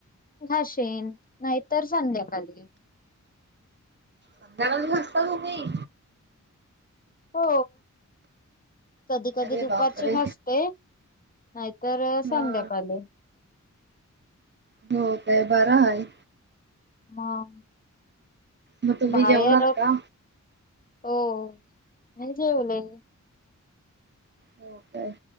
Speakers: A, on the left; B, on the right.
A: घाशीण, नाहीतर संध्याकाली
B: संध्याकाली घासता तुम्ही?
A: हो कधी कधी
B: अरे
A: दुपारची
B: बापरे
A: घासते.. नाहीतर
B: हा
A: संध्याकाली
B: हो काय बरं हाय..
A: मंग
B: मग तुम्ही
A: बाहेर
B: जेवलात का
A: हो.. मी जेवले..
B: हो काय?